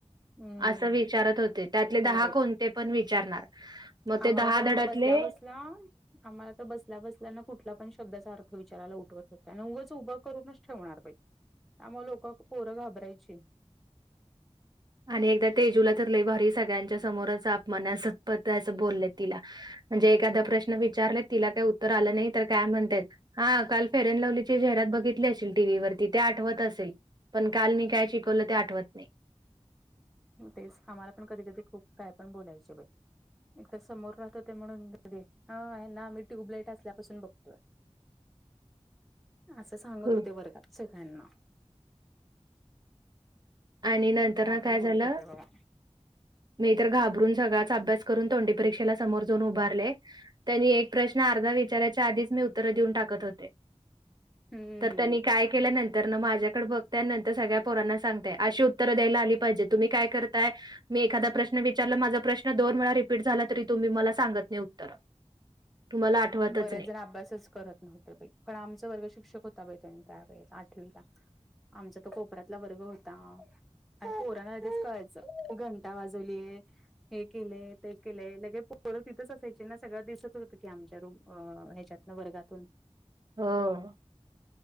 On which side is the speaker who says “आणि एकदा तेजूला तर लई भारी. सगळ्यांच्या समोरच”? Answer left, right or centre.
Right